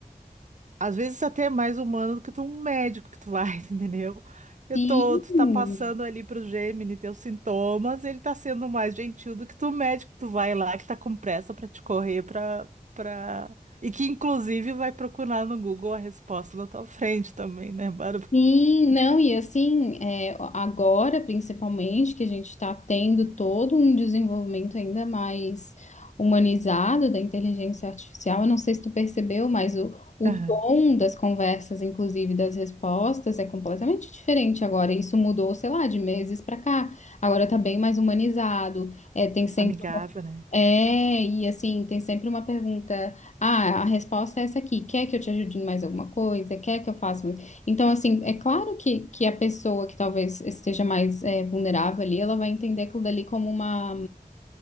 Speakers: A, on the right (about 55°); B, on the left (about 50°).
A: Às vezes até é mais humano do que tu, um médico que tu vai, <laughs> entendeu? Eu
B: Sim.
A: tô, tu tá passando ali pro Gemini teus sintomas, ele tá sendo mais gentil do que tu, o médico que tu vai lá, que tá com pressa pra te correr pra, pra... E que, inclusive, vai procurar no Google a resposta na tua frente também, né, Bárbara?
B: Sim, não, e assim, é, agora principalmente que a gente está tendo todo um desenvolvimento ainda mais humanizado da inteligência artificial, eu não sei se tu percebeu, mas o, o
A: Aham.
B: tom das conversas, inclusive das respostas, é completamente diferente agora. Isso mudou, sei lá, de meses para cá. Agora tá bem mais humanizado, é, tem sempre
A: Amigável, né?
B: é, e assim, tem sempre uma pergunta. Ah, a resposta é essa aqui. Quer que eu te ajude em mais alguma coisa? Quer que eu faça? mais- Então, assim, é claro que, que a pessoa que talvez esteja mais é, vulnerável ali, ela vai entender aquilo dali como uma,